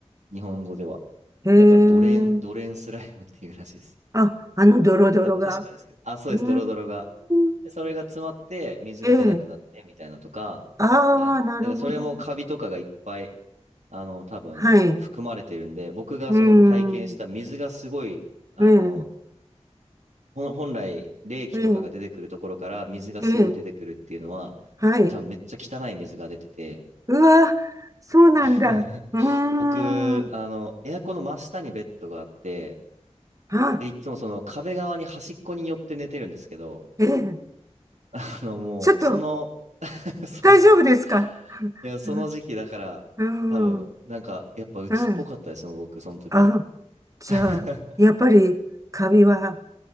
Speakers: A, on the right; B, on the right.
A: 日本語では。
B: え、え
A: だからドレン、
B: え。
A: ドレンスライムっていうらしいです。
B: あ、あのドロドロが。
A: た、確かですけど。あ、そうです。
B: うー
A: ドロドロが。
B: ん。
A: で、それが詰まって水が出なくなってみたいなとか。
B: ええ。あ
A: はい。だからそれもカビとかがいっぱい、
B: あ、なるほど。
A: あの、多分含まれてるんで、
B: はい。う
A: 僕がその体験した水がすごい、
B: ーん。
A: あの、
B: ええ、
A: ほん本来、冷気とかが出てくるところから水がすごい出てくるっていうのは、
B: ええ、ええ、はい。
A: 多分めっちゃ汚い水が出てて、
B: うわ、そうなんだ。
A: <laughs>
B: うーん。
A: 僕、あの、エアコンの真下にベッドがあって、
B: あ、
A: で、いつもその壁側に端っこに寄って寝てるんですけど、
B: ええ、
A: あの、もう、
B: ちょっと、
A: その <laughs> そう、
B: 大丈夫ですか
A: いや、その時期だから、
B: <laughs> うーん、
A: 多分、なんか、やっぱ鬱っぽかったですもん、
B: うん。
A: 僕、その時。
B: あ、
A: <laughs>
B: じゃあ、やっぱり、カビは、